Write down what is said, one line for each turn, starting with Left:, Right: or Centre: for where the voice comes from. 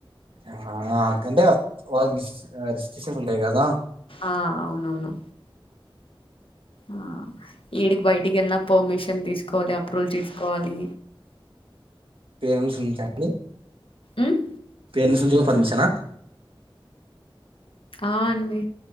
Right: ఆ ఆరు కంటే వాళ్ళకి రీస్ రిస్ట్రషన్ ఉంటాయ్ కదా
Left: ఆ అవునవును ఆ యేడికి బయిటికి ఏలిన పర్మిషన్ తీస్కోవాలి అప్రూల్ తీస్కోవాలి
Right: పేరెన్స్నుంచ అండి
Left: ఉమ్
Right: పేరెన్సుంచి కూడా పర్మిషనా
Left: ఆ అండి